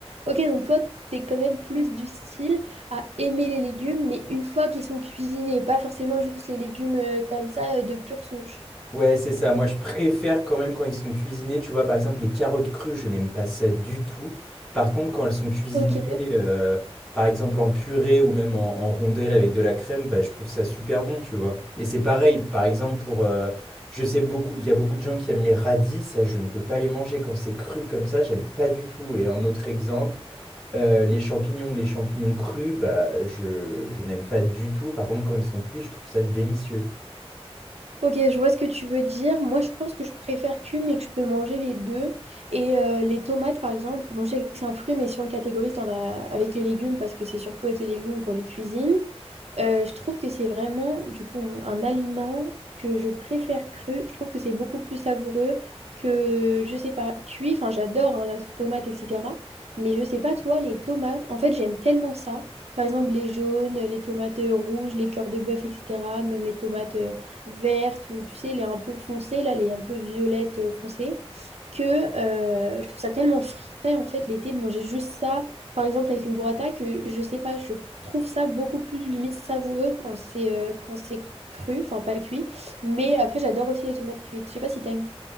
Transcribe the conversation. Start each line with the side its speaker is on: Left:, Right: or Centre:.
Right: Ok, donc toi, t'es quand même plus du style à aimer les légumes, mais une fois qu'ils sont cuisinés, pas forcément juste les légumes euh, comme ça euh, de pure souche.
Centre: Ouais, c'est ça. Moi, je préfère quand même quand ils sont cuisinés. Tu vois, par exemple, les carottes crues, je n'aime pas ça du tout. Par contre, quand elles sont cuisinées,
Right: Ok,
Centre: euh, par exemple en purée ou même en, en rondelles avec de la crème, bah, je trouve ça super bon, tu vois. Et c'est pareil, par exemple, pour, euh, je sais beaucoup, il y a beaucoup de gens qui aiment les radis. Ça, je ne peux pas les manger quand c'est cru comme ça. J'aime pas du tout. Et un autre exemple, euh, les champignons, les champignons crus, bah, je, je n'aime pas du tout. Par contre, quand ils sont cuits, je trouve ça délicieux.
Right: Ok, je vois ce que tu veux dire. Moi, je pense que je préfère cuit, mais que je peux manger les deux. Et euh, les tomates, par exemple, bon, je sais que c'est un fruit, mais si on le catégorise dans la... avec les légumes, parce que c'est surtout avec les légumes qu'on les cuisine, euh, je trouve que c'est vraiment, du coup, un aliment que je préfère cru. Je trouve que c'est beaucoup plus savoureux que, je sais pas, cuit. Enfin, j'adore hein, la sauce tomate, etc. Mais je sais pas, toi, les tomates, en fait, j'aime tellement ça. Par exemple, les jaunes, les tomates euh, rouges, les cœurs de bœuf, etc. Même les tomates euh, vertes ou, tu sais, les un peu foncées, là, les un peu violettes euh, foncées. Que euh, je trouve ça tellement frais, en fait, l'été, de manger juste ça par exemple, avec une burrata, que je sais pas, je trouve ça beaucoup plus limite savoureux quand c'est euh, quand c'est cru, enfin pas cuit. Mais après, j'adore aussi les tomates cuites. Je sais pas si t'aimes.